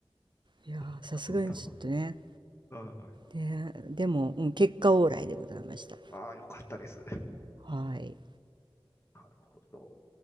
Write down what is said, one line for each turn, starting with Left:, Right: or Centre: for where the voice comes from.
Right: いやー、
Left: なるほど。
Right: さすがにちょっとね、
Left: はい。
Right: で、でも、うん、結果オーライでございました。
Left: ああ、よかったです。
Right: はい。
Left: なるほど。